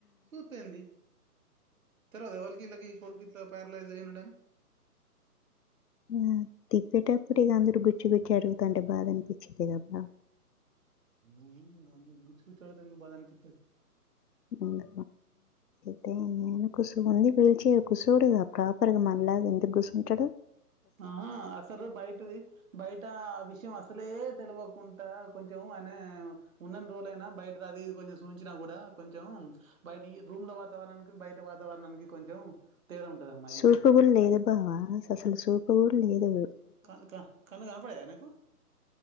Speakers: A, on the right; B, on the left.
A: సూత్తె ఏంది తెల్వదా ఎవళ్ళకి ఇలకి కొడుకు ఇట్లా ప్యారలైజ్ అయ్యి ఉన్నాడాని
B: ఆ తిప్పేటప్పుడు ఇగ అందరు గుచ్చి గుచ్చి అడుగుతంటే బాధ అనిపిచ్చిద్ది కదా
A: ఉ అ చూ చందుకు బా అనిపింది
B: ందు ప నేను కుసు ఉంది పీల్చే కుసువుడు కద ప్రాపర్ గా మనలా ఎందుకు గుసుంటాడు
A: ఆహా అసలు బయటిది బయట విషయం అసలే తెలివకుండా కొంచం అనే ఉన్నని రోలయినా బయట అది కొంచెం చూంచినా కూడా కొంచెం బయట రూమ్ల వాతావరణానికి బయట వాతావరణానికి కొంచెం తేడా ఉంటది అమ్మాయి
B: సూపుగుల్ లేదు బావా అసలు సూపు అరు లేరు
A: క క కన్ను కన పడే ఎకు